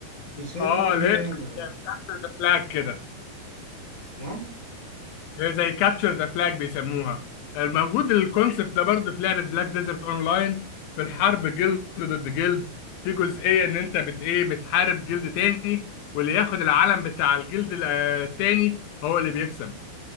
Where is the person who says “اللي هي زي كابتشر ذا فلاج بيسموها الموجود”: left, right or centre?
Left